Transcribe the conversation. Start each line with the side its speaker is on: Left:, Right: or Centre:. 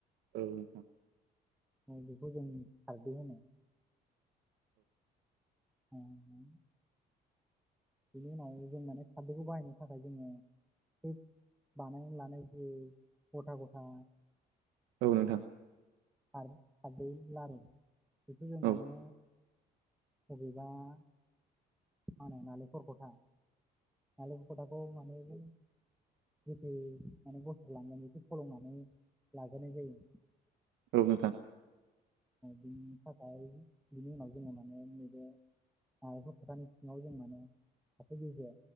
Right: औ नोंथां।
Centre: बेखौ जों सारदै होनो ओं नों बिनि उनाव जों माने सारदखौ बाहायनो थाखाय जोङो बानाय लानाय जि गथा गथा
Right: औ नोंथां
Centre: फारदै लारु बेखौ जों
Right: औ
Centre: माने बबेबा मा होनो नालेंखर खथा आ लौ खोथाखौ मानो औ
Right: <inaudible>
Centre: गोथै माने बनथ लांगोन बेखौ फलंनानै लाग्रोनाय जायो।
Right: औ नोंथां
Centre: बिनि थाखाय बिनि उनाव जोङो माने नैबे एफा खथानि सिङाव जों माने साथसे बेसे